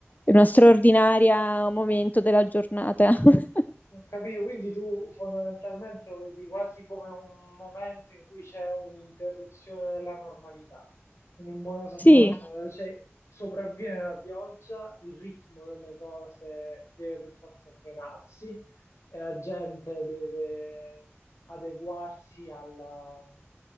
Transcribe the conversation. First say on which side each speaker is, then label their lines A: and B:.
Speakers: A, on the left (about 40°); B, on the left (about 80°).
A: in uno straordinario momento della giornata. <laughs>
B: Ho capito, quindi tu fondamentalmente lo vedi quasi come un momento in cui c'è un'interruzione della normalità. Quindi in buona sostanza,
A: Sì,
B: cioè, sopravviene la pioggia, il ritmo delle cose deve per forza frenarsi e la gente deve adeguarsi alla,